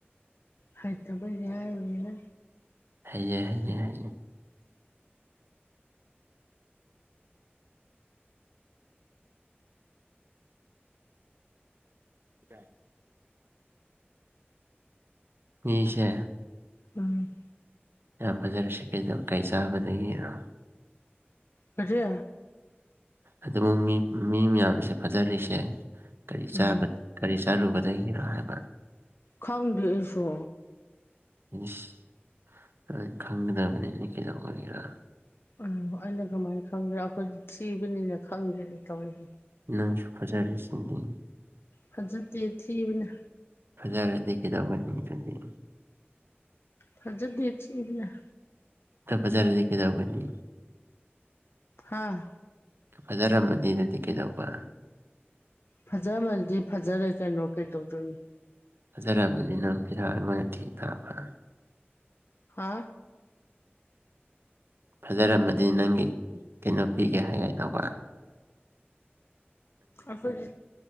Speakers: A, on the left (about 70°); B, on the right (about 65°).
A: ꯍꯩꯇꯕꯒꯤ ꯍꯥꯏꯕꯅꯤꯗ
B: ꯍꯩꯌ‌ꯦ ꯍꯩꯌꯦ ꯍꯩꯌꯦ ꯑ <unintelligible> ꯃꯤꯁꯦ
A: ꯎꯝ
B: ꯌꯥꯝ ꯐꯖꯔꯁꯤ ꯀꯩꯗꯣ ꯀꯩ ꯆꯥꯕꯗꯒꯤꯔꫭ
A: ꯀꯔꯤ
B: ꯑꯗꯨꯕꯨ ꯃꯤ ꯃꯤ ꯃꯌꯥꯝꯁꯦ ꯐꯊꯔꯤꯁꯦ ꯀꯔꯤ
A: ꯎꯝ
B: ꯆꯥꯕ ꯀꯔꯤ ꯆꯥꯔꯨꯕꯗꯗꯒꯤꯅꯣ ꯍꯥꯏꯕ
A: ꯈꯪꯗꯦ ꯑꯩꯁꯨ
B: ꯏꯁ ꯈꯪꯒꯗꯕꯅꯤꯅ ꯀꯩꯗꯧꯕꯒꯤꯔꯥ
A: ꯎꯝ ꯑꯩꯅ ꯀꯃꯥꯏꯅ ꯈꯪꯒꯦꯔꯥ ꯑꯩꯈꯣꯏꯗꯤ ꯊꯤꯕꯅꯤꯅ ꯈꯪꯗꯦꯅꯦ ꯇꯧꯔꯤꯁꯦ
B: ꯅꯪꯁꯨ ꯐꯖꯥꯔꯤꯁꯤꯗꯤ
A: ꯐꯖꯗ‌ꯦ ꯊꯤꯕꯅ‌
B: ꯐꯖꯔꯗꯤ ꯀꯩꯗꯧꯒꯅꯤ ꯑꯗꯨꯗꯤ
A: ꯐꯖꯗ‌ꯦ ꯊꯤꯕꯅ‌ꯦ
B: ꯅꯪ ꯐꯖꯔꯗꯤ ꯀꯩꯗꯧꯒꯅꯤ
A: ꯍꯥꯥ
B: ꯐꯖꯔꯝꯃꯗꯤ ꯑꯗꯨꯗꯤ ꯀꯩꯗꯧꯕ
A: ꯐꯖꯔꯝꯃꯗꯤ ꯐꯖꯔꯦ ꯀꯩꯅꯣ ꯀꯩꯗꯧꯗꯣꯏꯅꫭ
B: ꯐꯖꯔꯝꯃꯗꯤ ꯅꯪ ꯄꯤꯊꯥꯛ <unintelligible> ꯑꯩꯉꯣꯟꯗꯊꯤ ꯊꯥꯕ
A: ꯍꯥ
B: ꯐꯖꯔꯝꯃꯗꯤ ꯅꯪꯒꯤ ꯀꯩꯅꯣ ꯄꯤꯒꯦ ꯍꯥꯏꯒ‌ꯦ ꯇꯧꯀꯣ
A: ꯑꯩꯈꯣꯏꯒꯤ